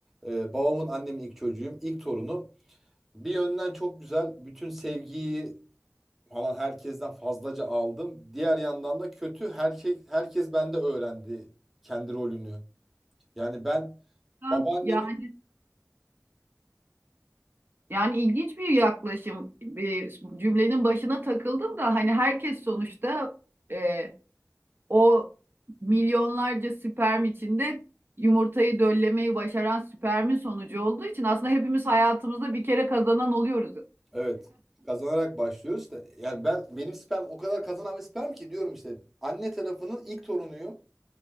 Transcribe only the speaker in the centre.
e, babamın annemin ilk çocuğuyum, ilk torunum. Bir yönden çok güzel bütün sevgiyi falan herkesten fazlaca aldım. Diğer yandan da kötü her şey herkes bende öğrendi kendi rolünü. Yani ben
babaannemin
evet kazanarak başlıyoruz da yani ben benim sperm o kadar kazanan bir sperm ki diyorum işte anne tarafının ilk torunuyum.